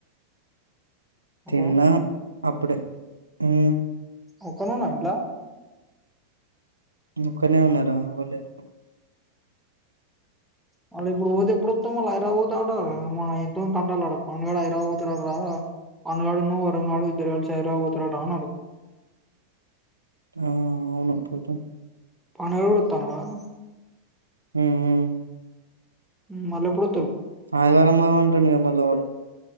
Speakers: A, in the centre; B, on the right.
A: హలో
B: తిన్నా అప్పుడే ఉమ్
A: ఒక్కనున్నా ఇంట్లా
B: ఒక్కనే ఉన్నారా ఎవర్లేరు
A: వాళ్ళ ఇప్పుడు పోతే ఎప్పుడతోమళ్ళ హైదరాబాద్ రపోతా ఉంట మన ఎంతో కంటాల పడుగడు హఐరా పోతారడు రా పాడుగడున్న వరంగడు ఇద్దరు కలిసి హైదరాబాద్ పోతారడా అన్నాడు
B: ఆ అవును పోతా
A: పనరడు తానార
B: ఉమ్ మ్
A: మ్ మల్లెప్పుడు
B: ఆదివారం మొ స్తాం అంటానుగా మళ్ళ వాడు